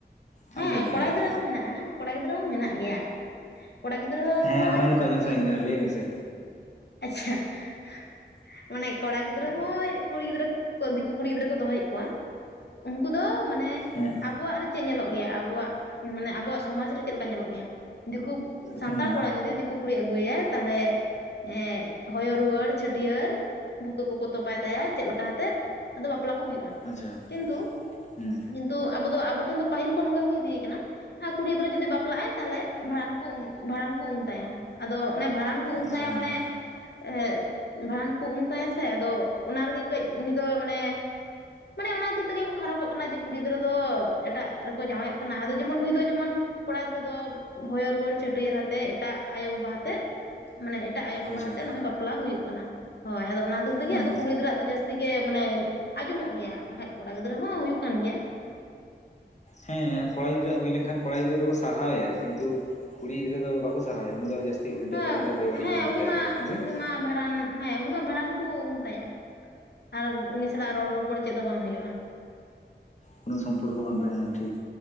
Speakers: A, on the left (about 70°); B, on the left (about 40°).
A: ᱦᱮᱸ
B: ᱟᱢ ᱪᱮᱫ ᱢᱚᱱᱮ
A: ᱠᱚᱲᱟ
B: ᱜᱮᱭᱟ
A: ᱜᱤᱫᱽᱨᱟᱹ ᱣᱟᱜ ᱦᱚᱸ ᱢᱮᱱᱟᱜᱼᱟ ᱠᱚᱲᱟ ᱜᱤᱫᱽᱨᱟᱹ ᱣᱟᱟ ᱦᱚᱸ ᱢᱮᱱᱟᱜ ᱜᱮᱭᱟ ᱾ ᱠᱚᱲᱟ ᱜᱤᱫᱽᱨᱟᱹ
B: ᱦᱮᱸ
A: ᱦᱚᱸ
B: ᱚᱱᱟ ᱜᱮᱛᱚ ᱟᱸᱡᱚᱢ
A: ᱠᱩᱲᱤ
B: ᱥᱟᱱᱟᱧ
A: ᱦᱮᱸ,
B: ᱠᱟᱱᱟ ᱞᱟᱹᱭ ᱢᱮᱥᱮ
A: ᱟᱪᱷᱟ ᱾ ᱢᱟᱱᱮ ᱠᱚᱲᱟ ᱜᱤᱫᱽᱨᱟᱹ ᱦᱚᱸᱭ ᱠᱩᱲᱤ ᱜᱤᱫᱽᱨᱟᱹ ᱫᱤᱠᱩ ᱠᱩᱲᱤ ᱜᱤᱫᱽᱨᱟᱹ ᱠᱚ ᱫᱚᱦᱚᱭᱮᱫ ᱠᱚᱣᱟ ᱾ ᱩᱱᱠᱩ ᱫᱚ ᱢᱟᱼᱼ ᱢᱟᱱᱮ
B: ᱦᱮᱸ
A: ᱟᱵᱚᱣᱟᱜ ᱨᱮ ᱪᱮᱫ ᱧᱮᱞᱚᱜ ᱜᱮᱭᱟ ᱟᱵᱚᱣᱟᱜ, ᱢᱟᱱᱮ ᱟᱵᱚᱣᱟᱜ ᱥᱚᱢᱟᱡᱽ ᱨᱮ ᱪᱮᱫ ᱞᱮᱠᱟ ᱧᱮᱞᱚᱜ ᱜᱮᱭᱟ ᱾ ᱫᱤᱠᱩ ᱥᱟᱱᱛᱟᱲ
B: ᱦᱩᱸ
A: ᱠᱚᱲᱟ ᱡᱩᱫᱤ ᱫᱤᱠᱩ ᱠᱩᱲᱤᱭ ᱟᱹᱜᱩᱭᱟᱭ ᱛᱟᱦᱚᱞᱮᱼᱼ ᱮᱸᱜ ᱦᱚᱭᱚ ᱨᱩᱣᱟᱹᱲ ᱪᱷᱟᱹᱴᱭᱟᱹᱨ ᱵᱩᱠᱟᱹ ᱠᱚᱠᱚ ᱛᱚᱯᱟᱭ ᱛᱟᱭᱟ ᱪᱮᱫ ᱞᱮᱠᱟ ᱦᱟᱛᱮᱫ ᱾ ᱟᱫᱚ ᱵᱟᱯᱞᱟ ᱠᱚ ᱦᱩᱭᱩᱜᱼᱟ
B: ᱟᱪᱪᱷᱟ
A: ᱠᱤᱱᱛᱩ,
B: ᱦᱩᱸ
A: ᱠᱤᱱᱛᱩ ᱟᱵᱚ ᱫᱚ ᱟᱵᱚ ᱴᱷᱮᱱ ᱫᱚᱼᱼ ᱯᱟᱹᱦᱤᱞ ᱠᱚ ᱱᱚᱝᱠᱟ ᱦᱩᱭ ᱤᱫᱤᱭ ᱟᱠᱟᱱᱟ ᱾ ᱟᱨ ᱠᱩᱲᱤ ᱜᱤᱫᱽᱨᱟᱹ ᱡᱩᱫᱤ ᱵᱟᱯᱞᱟᱜ ᱟᱭ ᱛᱟᱦᱚᱞᱮ ᱵᱷᱟᱸᱲᱟᱱ ᱠᱚ ᱵᱷᱟᱸᱲᱟᱱ ᱠᱚ ᱩᱢ ᱛᱟᱭᱟ ᱟᱫᱚ ᱚᱱᱮ ᱵᱸᱷᱟᱲᱟᱱᱼᱼ ᱠᱚ ᱩᱢ
B: ᱟᱪᱪᱷᱟ
A: ᱛᱟᱭᱟ
B: ᱦᱚᱸ
A: ᱢᱟᱱᱮᱼᱼ ᱮᱫ ᱵᱷᱟᱸᱲᱟᱱ ᱠᱚ ᱩᱢᱛᱟᱭᱟ ᱥᱮ ᱟᱫᱚ ᱚᱱᱟ ᱨᱮᱜᱮ ᱠᱟᱹᱡ ᱩᱱᱤ ᱫᱚ ᱢᱟᱱᱮᱼᱼ ᱢᱟᱱᱮ ᱚᱱᱟ ᱛᱤ ᱛᱮᱜᱮ ᱠᱚ ᱠᱷᱟᱨᱟᱵᱚᱜ ᱠᱟᱱᱟ ᱡᱮ ᱠᱩᱲᱤ ᱜᱤᱫᱽᱨᱟᱹ ᱫᱚ ᱮᱴᱟᱜᱼᱼ ᱨᱮᱠᱚ ᱡᱟᱶᱟᱭᱚᱜ ᱠᱟᱱᱟ ᱟᱫᱚ ᱡᱮᱢᱚᱱ ᱱᱩᱭ ᱫᱚ ᱡᱮᱢᱚᱱᱼᱼ ᱠᱚᱲᱟ ᱜᱤᱫᱽᱨᱟᱹ ᱫᱚ ᱦᱚᱭᱚ ᱨᱩᱣᱟᱹᱲ ᱪᱷᱟᱹᱴᱭᱟᱹᱨ ᱦᱟᱛᱮᱫ ᱮᱴᱟᱜ ᱟᱭᱳᱼᱵᱟᱵᱟ ᱦᱟᱛᱮᱫᱼᱼ ᱢᱟᱱᱮ ᱮᱴᱟᱜ ᱟᱭᱳᱼᱵᱟ
B: ᱟᱪᱪᱷᱟ
A: ᱟᱛᱮᱜ ᱱᱚᱜᱼᱚᱭ ᱵᱟᱯᱞᱟ ᱦᱩᱭᱩᱜ ᱠᱟᱱᱟ, ᱦᱳᱭ ᱟᱫᱚ ᱚᱱᱟ ᱠᱷᱟ. ᱛᱤᱨ ᱛᱮᱜᱮ
B: ᱦᱩᱸ
A: ᱟᱫᱚ ᱠᱩᱲᱤ ᱜᱤᱫᱽᱨᱟᱹ ᱟᱜ ᱫᱚ ᱡᱟᱹᱥᱛᱤᱼᱼ ᱛᱤᱜᱮ ᱢᱟᱱᱮ ᱟᱸᱡᱚᱢᱚᱜ ᱜᱮᱭᱟ ᱵᱟᱠᱷᱟᱡ ᱠᱚᱲᱟ ᱜᱤᱫᱽᱨᱟᱹ ᱦᱚᱸ ᱦᱩᱭᱩᱜ ᱠᱟᱱ ᱜᱮᱭᱟ ᱾
B: ᱦᱮᱸᱻ ᱾ ᱠᱚᱲᱟ ᱜᱤᱫᱽᱨᱟᱹ ᱦᱩᱭ ᱞᱮᱱᱠᱷᱟᱱ ᱠᱚᱲᱟ ᱜᱤᱫᱽᱨᱟᱹ ᱫᱚᱠᱚ ᱥᱟᱨᱦᱟᱣᱮᱭᱟ ᱠᱤᱱᱛᱩ ᱠᱩᱲᱤ ᱜᱤᱫᱽᱨᱟᱹ ᱫᱚ ᱵᱟᱠᱚ ᱥᱟᱨᱦᱟᱣᱮᱭᱟ ᱩᱱᱤ ᱫᱚ ᱡᱟᱥᱼᱼ ᱛᱤ ᱩᱞᱴᱟᱹ
A: ᱦᱮᱸ
B: ᱯᱟᱞᱴᱟ ᱵᱮ ᱵᱟᱹᱲᱤᱡ
A: ᱦᱮᱸ
B: ᱠᱚ ᱢᱮᱛᱟᱭᱟ
A: ᱩᱱᱤ ᱢᱟ
B: ᱦᱮᱸᱥᱮ
A: ᱩᱱᱤ
B: ᱾
A: ᱢᱟ ᱵᱷᱟᱲᱟᱱᱼᱼ ᱦᱮᱸ ᱩᱱᱤ ᱫᱚ ᱵᱷᱟᱲᱟᱱ ᱠᱚ ᱩᱢ ᱛᱟᱭᱟ ᱟᱨ ᱩᱱᱤ ᱥᱟᱞᱟᱜ ᱨᱚᱲ ᱨᱚᱯᱚᱲ ᱪᱮᱫ ᱫᱚ ᱵᱟᱝ ᱦᱳᱭᱳᱜᱼᱟ
B: ᱠᱳᱱᱳ ᱥᱚᱢᱯᱚᱨᱠᱚ ᱵᱟᱝ ᱛᱟᱦᱮᱱᱟ ᱴᱷᱤᱠ